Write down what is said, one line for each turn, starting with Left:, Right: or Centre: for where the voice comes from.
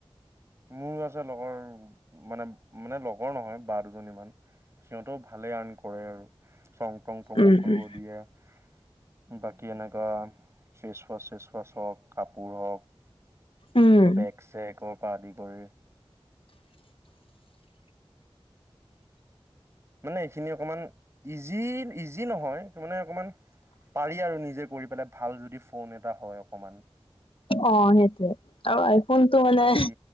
Right: মোৰ আছে লগৰ মানে মানে লগৰ নহয় বা দুজনী মান সিহঁতেও ভালে আৰ্ন কৰে আৰু চং টং প্ৰমোট
Left: উম
Right: কৰিব
Left: উম,
Right: দিয়ে বাকী এনেকুৱা ফেচৱাছ ফেচৱাছ হওক কাপোৰ হওক
Left: উম
Right: বেগ চেকৰ পৰা আদি কৰি মানে এইখিনি অকণমান ইজি ইজি নহয় মানে অকণমান পাৰি আৰু নিজে কৰি পেলাই ভাল যদি ফোন এটা হয় অকমান
Left: অ সেইটোয়ে আৰু ফোনটো মানে
Right: আনকি